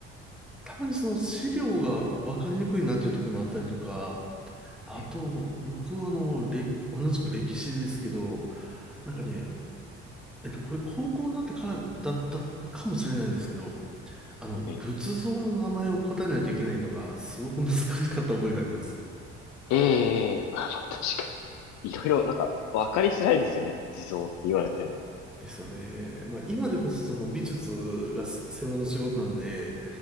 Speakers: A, in the centre; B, on the left (about 60°).
A: たまにその資料が分かりにくいなっていう時もあったりとか、あと、
B: え
A: 僕はあの、歴同じく歴史ですけど、なんかね、
B: え
A: えっと、これ高校になってからだったかもしれないんですけど、あの、仏像の名前を答えないといけないのがすごく難しかった覚えがあります。
B: ええええまあまあ確かに。いろいろ、なんか、わかりづらいですよね。仏像って言われても。
A: ですよね。まあ、今でこそその美術がせ専門の仕事なんで、